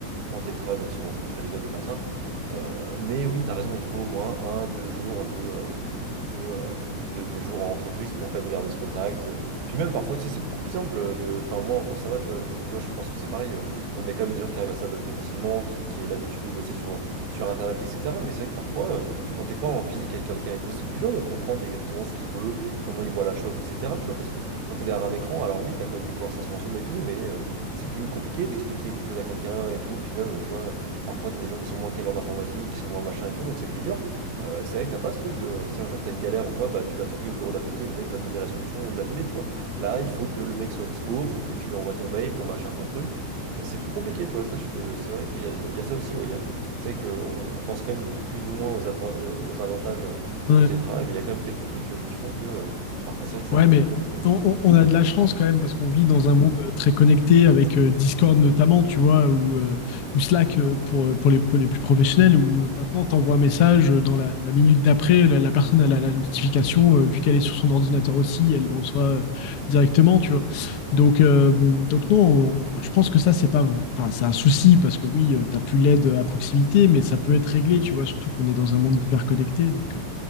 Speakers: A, on the right (about 70°); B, on the left (about 70°).
A: en télétravail, même si bon, c'est pas très légal de faire ça. Euh, mais oui, t'as raison, il faut au moins un, deux jours de, euh, de, euh, de- de jours en entreprise pour quand même garder ce contact. Euh, Puis même parfois, tu sais, c'est beaucoup plus simple euh, de. Enfin, moi encore ça va, tu vois, et toi, je pense que c'est pareil. euh, On est quand même des gens qui arrivent à s'adapter facilement, qui, qui aient l'habitude de bosser sur, sur Internet, etc. Mais c'est vrai que parfois, euh, quand t'es pas en physique avec quelqu'un et tout, c'est plus dur de comprendre exactement ce qu'il veut, comment il voit la chose, etc. Tu vois, parce que quand t'es derrière un écran, alors oui, t'as quand même les conversations Zoom et tout, mais. euh, c'est plus compliqué d'expliquer quelque chose à quelqu'un et tout. Et puis même, tu vois, parfois, t'as des gens qui sont moins calés en informatique, qui sont moins machin et tout, donc c'est plus dur. Euh, c'est vrai que t'as pas ce truc de si un jour t'as une galère ou quoi, bah tu vas toquer au bureau d'à côté, le mec va te donner la solution ou il va t'aider, tu vois. Là, il faut que le mec soit dispo, faut que tu lui envoies ton mail, ton machin, ton truc. C'est plus compliqué, tu vois. Ça, je suis de- c'est vrai que tu vois, il y, a il y a ça aussi, ouais. il y a- C'est vrai qu'on on pense quand même plus ou moins aux, avan- aux avantages euh,
B: Ouais.
A: du télétravail, mais il y a quand même quelques trucs euh, qui font que euh, parfois, c'est vrai que c'est
B: Ouais,
A: un peu
B: mais
A: plus compliqué, ouais.
B: on, on- on a de la chance quand même parce qu'on vit dans un monde très connecté avec euh, Discord notamment, tu vois, ou, euh, ou Slack euh, pour, euh, pour les, pour les plus professionnels, où euh, maintenant tu envoies un message euh, dans la, la minute d'après, la, la personne elle a la, notification, euh, vu qu'elle est sur son ordinateur aussi, elle le reçoit euh, directement, tu vois. Donc, euh, donc non, on- je pense que ça, c'est pas, enfin, c'est un souci parce que oui, tu t'as plus l'aide à proximité, mais ça peut être réglé, tu vois, surtout qu'on est dans un monde hyper connecté, donc. euh,